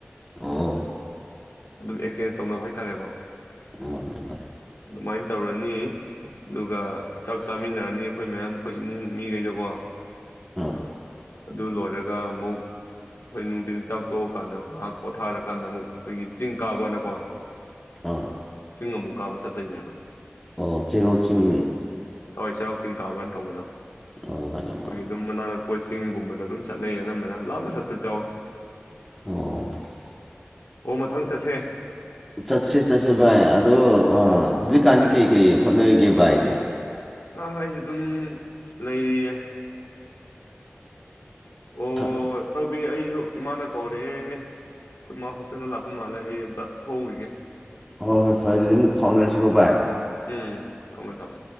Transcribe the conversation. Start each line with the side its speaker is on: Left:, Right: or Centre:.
Centre: ꯑꯣ
Left: ꯑꯗꯨꯝ ꯑꯦ ꯆꯦꯟꯖ ꯇꯧꯅꯕ ꯍꯥꯏꯇꯥꯔꯦꯀꯣ
Centre: ꯃꯥꯅꯦ ꯃꯥꯅꯦ
Left: ꯑꯗꯨꯃꯥꯏꯅ ꯇꯧꯔꯅꯤ ꯑꯗꯨꯒ ꯆꯥꯛ ꯆꯥꯃꯤꯟꯅꯔꯅꯤ ꯑꯩꯈꯣꯏ ꯃꯌꯥꯝ ꯑꯩꯈꯣꯏ ꯏꯃꯨꯡ ꯃꯤꯒꯩꯗꯀꯣ
Centre: ꯑꯥ
Left: ꯑꯗꯨ ꯂꯣꯏꯔꯒ ꯑꯃꯨꯛ ꯑꯩꯈꯣꯏ ꯅꯨꯡꯊꯤꯟ ꯆꯥꯛꯊꯣꯛꯑꯀꯥꯟꯗ ꯉꯥꯏꯍꯥꯛ ꯄꯣꯊꯥꯔꯀꯥꯟꯗ ꯑꯃꯨꯛ ꯑꯩꯈꯣꯏꯒꯤ ꯆꯤꯡ ꯀꯥꯕꯅ ꯀꯣ
Centre: ꯑꯥ
Left: ꯆꯤꯡ ꯑꯃꯨꯛ ꯀꯥꯕ ꯆꯠꯇꯣꯏꯅꯦꯕ
Centre: ꯑꯣ ꯆꯦꯔꯧ ꯆꯤꯡ
Left: ꯍꯋꯥꯏ ꯆꯩꯔꯥꯎ ꯆꯤꯟ ꯀꯥꯕꯅ ꯇꯧꯕꯗꯣ ꯑꯩꯈꯣꯏꯒꯤ
Centre: ꯑꯣ ꯃꯥꯅꯦ ꯃꯥꯅꯦ
Left: ꯑꯗꯨꯝ ꯃꯅꯥꯛ ꯅꯛꯄꯁꯤꯡꯒꯨꯝꯕꯗ ꯑꯗꯨꯝ ꯆꯠꯅꯩ ꯑꯅꯝꯕꯅ ꯂꯥꯞꯅ ꯆꯠꯄꯁꯨ ꯌꯥꯎꯋꯤ
Centre: ꯑꯣ
Left: ꯑꯣ ꯃꯊꯪ ꯆꯠꯁꯦ
Centre: ꯆꯠꯁꯦ ꯆꯠꯁꯦ ꯚꯥꯏ ꯑꯗꯣ ꯍꯧꯖꯤꯛꯀꯥꯟꯗꯤ ꯀꯩꯀꯩ ꯍꯣꯠꯅꯔꯤꯒꯦ ꯚꯥꯏꯗꯤ
Left: ꯑ ꯍ ꯑꯩꯁꯨ ꯑꯗꯨꯝ ꯂꯩꯔꯤꯌꯦ ꯑꯣ
Centre: ꯊ-
Left: ꯇꯧ ꯑꯩꯁꯨ ꯏꯃꯥꯅ ꯀꯧꯔꯦ ꯑꯩꯈꯣꯏ ꯏꯃꯥ ꯍꯣꯁꯇꯦꯜꯗ ꯂꯥꯛꯄ ꯃꯥꯜꯂꯦ ꯑꯩ ꯑꯝꯇ ꯊꯣꯛꯍꯧꯈꯤꯒꯦ
Centre: ꯍꯣꯏ ꯍꯣꯏ ꯐꯔꯦ ꯑꯗꯨꯗꯤ ꯑꯃꯨꯛ ꯐꯥꯎꯅꯔꯁꯤꯀꯣ ꯕꯥꯥꯏ
Left: ꯎꯝ ꯊꯝꯃꯦ ꯊꯝꯃꯦ